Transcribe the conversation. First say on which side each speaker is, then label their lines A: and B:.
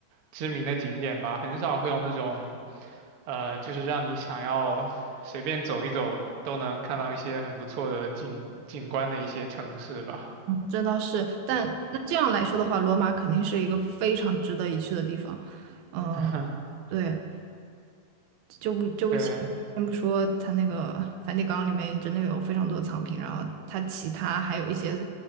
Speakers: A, on the right; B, on the right.
A: 知名的景点吧，很少会有那种呃，就是让你想要随便走一走都能看到一些很不错的景景观的一些城市吧。
B: 这倒是，但那这样来说的话，罗马肯定是一个非常值得一去的地方。嗯，
A: <laughs>
B: 对，就不就不先先不说它那个梵蒂冈里面真的有非常多的藏品，
A: 对，
B: 然后它其他还有一些